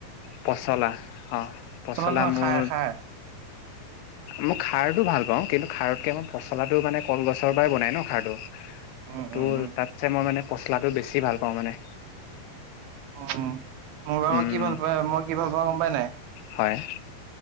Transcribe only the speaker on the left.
পচলা অ' পচলা
মোৰ
মই খাৰটো ভাল পাওঁ কিন্তু, খাৰতকে মই পচলাটো মানে, কলগছৰ পৰাই বনাই ন খাৰটো।
ত'
তাতছে মই মানে পচলাটো বেছি ভাল পাওঁ মানে।
উম
হয়